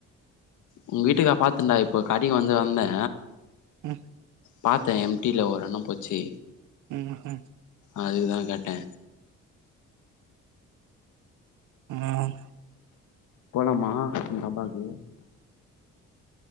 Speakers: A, on the left; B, on the right.
A: உங்க வீட்டுக்கா பாத்தன்டா இப்போ கடிக் வந்து வந்தே
B: ம்
A: பாத்தே எம் டி ல ஒரு அண்ண போச்சி
B: ம் ஹூ
A: அதுக் தா கேட்ட
B: ம்
A: போலாமா இந் பாபாக்கு